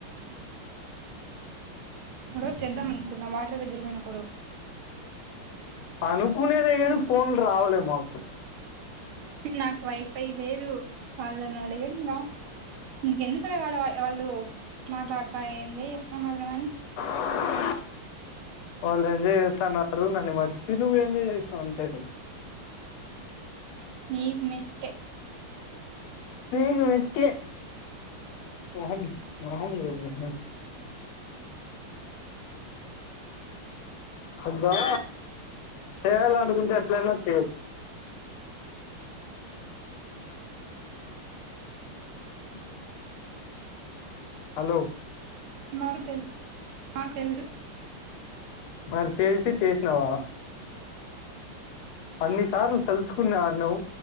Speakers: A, on the right; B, on the left.
A: మరోజు చేద్దాం అనుకున్న వాటర్ దగ్గర పోయినప్పుడు
B: అనుకునేదే గాని
A: ఉమ్
B: ఫోన్లు రావలే మాకు
A: నాకు వైఫై లేదు వాళ్ళను అడగలి ఇంకా ఇంకెందుకు ఇప్పుడే ఆడ వాళ్ళు మాట్లాడుతాయి ఏందో ఇస్తున్నారు కదా అని
B: <unintelligible> వాళ్ళు ఎంజాయ్ చేస్తన్నారు నన్ను మర్చిపోయి నువ్వు ఎంజాయ్ చేసినావు అంతే కదా
A: నీకు మెట్టే
B: నీకు మెట్టే మోహం మోహం చూడు మీ ఇద్దర్ <inaudible> అదా చేయాలనుకుంటే ఎట్లయినా చేయొచ్చు <inaudible> హలో
A: మాకు తెలుసు మాకు తెలు
B: మరి తెలిసి చేసినావా అన్ని సార్లు తలుసుకున్నా అన్నావ్